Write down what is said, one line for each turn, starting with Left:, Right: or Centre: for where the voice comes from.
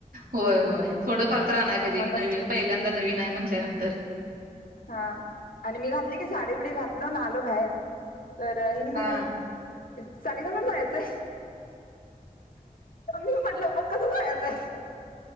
Right: होय होय, थोडं फार तर आणायला पाहिजे
Left: मग
Right: की, नवी
Left: तस
Right: पहिल्यांदा नवीन आहे म्हंटल्यानंतर.
Left: हां. आणि मी घातले की साडेबडी घातलो ना, आलो बाहेर तर हेनि म्हणाल्यात.
Right: हा
Left: साडी घालून जायचांय. मी म्हटलं मग कसं जायचाय.